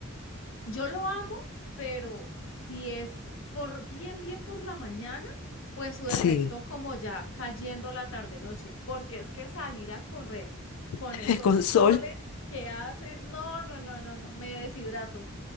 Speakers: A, on the left; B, on the left.
A: Yo lo hago, pero si es por bien, bien por la mañana o en su defecto
B: Sí,
A: como ya cayendo la tarde-noche, porque es que salir a correr con
B: <laughs>
A: esos
B: con
A: soles
B: sol.
A: que hacen, no, no, no, no, no, me deshidrato.